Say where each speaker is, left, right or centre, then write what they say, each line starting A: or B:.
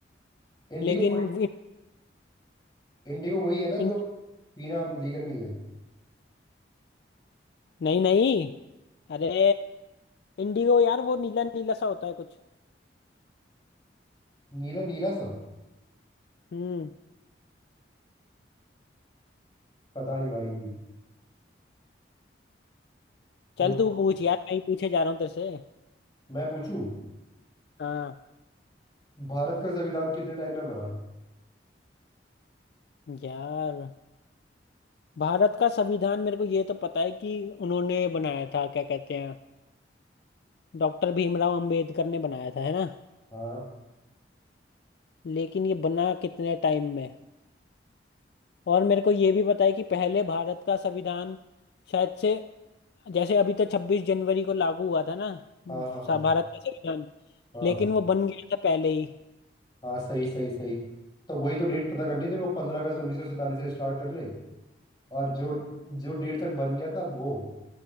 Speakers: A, on the left; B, on the left.
A: इंडिगो
B: लेकिन
A: वही इंडिगो वही है ना
B: इन-
A: जो पीना लीगल नहीं है
B: नहीं नहीं अरे इंडिगो यार वो नीला नीला सा होता है कुछ
A: नीला नीला सा
B: हम्म
A: पता नहीं भाई हो
B: चल
A: तो
B: तू पूछ यार मैं ही पूछे जा रहा हूँ तेरे से
A: मैं पूछूं
B: हाँ
A: भारत का संविधान कितने टाइम में बना
B: यार भारत का संविधान मेरे को ये तो पता है कि उन्होंने बनाया था क्या कहते हैं डॉक्टर भीमराव अंबेडकर ने बनाया था है ना
A: हाँ
B: लेकिन ये बना कितने टाइम में और मेरे को ये भी पता है कि पहले भारत का संविधान शायद से जैसे अभी तो छब्बीस जनवरी को लागू हुआ था ना
A: हाँ हाँ हाँ
B: सा- भारत का संविधान
A: हाँ
B: लेकिन वो बन गया था पहले ही
A: हाँ सही सही सही तो वही तो डेट पता करनी है तेरे को पंद्रह अगस्त उन्नीस सौ सैंतालीस से स्टार्ट कर ले और जो जो डेट तक बन गया था वो